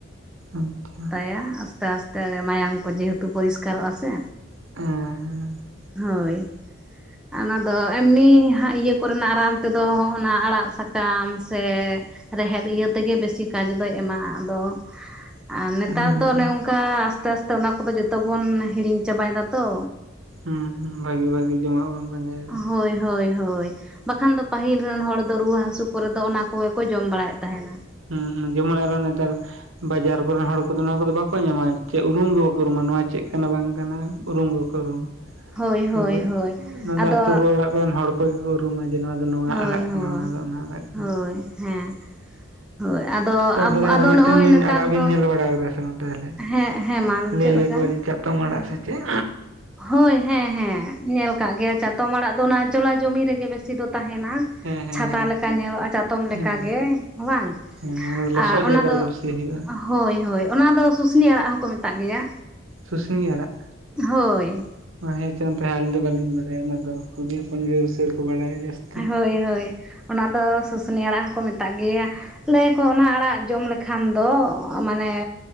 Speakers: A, on the right; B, in the centre.
A: ᱟᱪᱪᱷᱟ
B: <unintelligible> ᱟᱥᱛᱮ ᱟᱥᱛᱮ ᱢᱟᱭᱟᱢ ᱠᱚ ᱡᱮᱦᱮᱛᱩ ᱯᱚᱨᱤᱥᱠᱟᱨᱚᱜᱼᱟ ᱥᱮ
A: ᱦᱮᱸ ᱦᱮᱸ ᱦᱮᱸ
B: ᱦᱳᱭ ᱚᱱᱟᱫᱚ ᱮᱢᱱᱤ ᱦᱟᱸᱜ ᱤᱭᱟᱹ ᱠᱚᱨᱮᱱᱟᱜ ᱨᱟᱱ ᱛᱮᱫᱚ ᱚᱱᱟ ᱟᱲᱟᱜ ᱥᱟᱠᱟᱢ ᱥᱮ ᱨᱮᱦᱮᱫ ᱤᱭᱟᱹ ᱛᱮᱜᱮ ᱵᱮᱥᱤ ᱠᱟᱡᱽ ᱫᱚᱭ ᱮᱢᱟ ᱟᱫᱚ ᱟᱨ ᱱᱮᱛᱟᱨ
A: ᱦᱩᱸ ᱦᱩᱸ
B: ᱫᱚ
A: ᱦᱩᱸ
B: ᱚᱱᱮ ᱚᱱᱠᱟ ᱟᱥᱛᱮ ᱟᱥᱛᱮ ᱚᱱᱟ ᱠᱚᱫᱚ ᱡᱚᱛᱚ ᱵᱚᱱ ᱦᱤᱲᱤᱧ ᱪᱟᱵᱟᱭ ᱫᱟ ᱛᱚ
A: ᱦᱩᱸ ᱦᱩᱸ ᱵᱷᱟᱜᱤ ᱵᱷᱟᱜᱤ ᱡᱚᱢᱟᱜ ᱵᱚᱱ ᱯᱟᱡᱟᱭ,
B: ᱦᱳᱭ ᱦᱳᱭ ᱦᱳᱭ ᱵᱟᱠᱷᱟᱱ ᱫᱚ ᱯᱟᱹᱦᱤᱞ ᱨᱮᱱ ᱦᱚᱲ ᱫᱚ ᱨᱩᱣᱟᱹ ᱦᱟᱹᱥᱩ ᱠᱚᱨᱮ ᱫᱚ ᱚᱱᱟ, ᱠᱚᱜᱮ ᱠᱚ ᱡᱚᱢ ᱵᱟᱲᱟᱭᱮᱫ ᱛᱟᱦᱮᱸᱫ
A: ᱦᱩᱸ ᱦᱩᱸ ᱡᱮᱢᱚᱱ ᱟᱨᱚ ᱱᱮᱛᱟᱨ ᱵᱟᱡᱟᱨ ᱠᱚᱨᱮᱱ ᱦᱚᱲ ᱠᱚᱫᱚ ᱱᱚᱶᱟ ᱠᱚᱫᱚ ᱵᱟᱠᱚ ᱧᱟᱢᱟ ᱪᱮᱫ ᱩᱨᱩᱢ ᱜᱮ ᱵᱟᱠᱚ ᱩᱨᱩᱢᱟ ᱱᱚᱶᱟ ᱪᱮᱫ ᱠᱟᱱᱟ ᱵᱟᱝ ᱠᱟᱱᱟ᱾ ᱩᱨᱩᱢ ᱵᱟᱠᱚ ᱠᱚ ᱨᱩᱢᱟ
B: ᱦᱳᱭ
A: ᱢᱟ
B: ᱦᱳᱭ
A: ᱛᱚᱵᱮ
B: ᱦᱳᱭ
A: ᱱᱚᱰᱮ
B: ᱟᱫᱚ
A: ᱟᱹᱛᱩ ᱠᱚ ᱚᱲᱟᱜ ᱠᱚᱨᱮᱱ ᱦᱚᱲ ᱠᱚᱜᱮ ᱠᱚ ᱩᱨᱩᱢᱟ ᱡᱮ ᱱᱚᱣᱟ ᱫᱚ ᱱᱚᱣᱟ
B: ᱦᱳᱭ
A: ᱟᱲᱟᱜ
B: ᱦᱳᱭ
A: ᱠᱟᱱᱟ, ᱚᱱᱟ ᱫᱚ ᱚᱱᱟ ᱟᱲᱟᱜ ᱠᱟᱱᱟ᱾
B: ᱦᱳᱭ ᱦᱮᱸ ᱦᱳᱭ ᱟᱫᱚ
A: ᱛᱟᱯᱚᱨᱮ ᱟᱨᱦᱚ
B: ᱟᱫᱚ
A: ᱢᱤᱫ
B: ᱱᱚᱜᱼᱚᱭ
A: ᱴᱮᱱ ᱵᱤᱱ
B: ᱱᱮᱛᱟᱨ
A: ᱟᱲᱟᱜ ᱵᱤᱱ
B: ᱫᱚ
A: ᱧᱮᱞ ᱵᱟᱲᱟ ᱠᱟᱫᱟ ᱥᱮ ᱵᱟᱝ ᱛᱟᱦᱞᱮ
B: ᱦᱮᱸ ᱦᱮᱸ ᱢᱟ
A: ᱞᱟᱹᱭ
B: ᱪᱮᱫ ᱞᱮᱠᱟ
A: ᱟᱠᱚ ᱡᱮ ᱪᱟᱛᱚᱢ ᱟᱲᱟᱜ ᱥᱮ ᱪᱮᱫ?
B: ᱦᱳᱭ ᱦᱮᱸ ᱦᱮᱸ ᱧᱮᱞ ᱠᱟᱜ ᱜᱮᱭᱟ ᱪᱟᱛᱚᱢ ᱟᱲᱟᱜ ᱫᱚ ᱚᱱᱟ ᱡᱚᱞᱟ ᱡᱚᱢᱤ ᱨᱮᱜᱮ ᱵᱮᱥᱤ ᱫᱚ ᱛᱟᱦᱮᱱᱟ,
A: ᱦᱮᱸ ᱦᱮᱸ
B: ᱪᱷᱟᱛᱟ
A: ᱦᱮᱸ
B: ᱞᱮᱠᱟ ᱧᱮᱞᱚᱜᱼᱟ ᱪᱟᱛᱚᱢ ᱞᱮᱠᱟᱜᱮ
A: ᱦᱮᱸ
B: ᱵᱟᱝ,
A: ᱦᱮᱸ ᱦᱮᱸ ᱚᱱᱟ ᱫᱚ
B: ᱟᱨ
A: ᱞᱚᱥᱚᱫ
B: ᱚᱱᱟ
A: ᱡᱟᱭᱜᱟ
B: ᱫᱚ
A: ᱨᱮᱜᱮ ᱵᱮᱥᱤ ᱦᱩᱭᱩᱜᱼᱟ᱾
B: ᱦᱳᱭ ᱦᱳᱭ ᱚᱱᱟ ᱫᱚ ᱥᱩᱥᱱᱤ ᱟᱲᱟᱜ ᱦᱚᱸᱠᱚ ᱢᱮᱛᱟᱜ ᱜᱮᱭᱟ᱾
A: ᱥᱩᱥᱱᱤ ᱟᱲᱟᱜ
B: ᱦᱳᱭ
A: ᱦᱮᱸ ᱪᱚᱝ ᱛᱟᱦᱚᱞᱮ ᱟᱹᱞᱤᱧ ᱫᱚ ᱵᱟᱹᱞᱤᱧ ᱵᱟᱲᱟ ᱚᱱᱮ ᱚᱱᱟ ᱫᱚ ᱠᱩᱲᱤ ᱦᱚᱯᱚᱱ ᱜᱮ ᱵᱮᱥᱤ ᱠᱚ ᱵᱟᱲᱟᱭᱟ᱾ ᱡᱟᱹᱥᱛᱤ
B: ᱦᱳᱭ ᱦᱳᱭ ᱚᱱᱟ ᱫᱚ ᱥᱩᱥᱱᱤ ᱟᱲᱟᱜ ᱦᱚᱸᱠᱚ ᱢᱮᱛᱟᱜ ᱜᱮᱭᱟ, ᱞᱟᱹᱭ ᱟᱠᱚ ᱚᱱᱟ ᱟᱲᱟᱜ ᱡᱚᱢ ᱞᱮᱠᱷᱟᱱ ᱫᱚ ᱢᱟᱱᱮ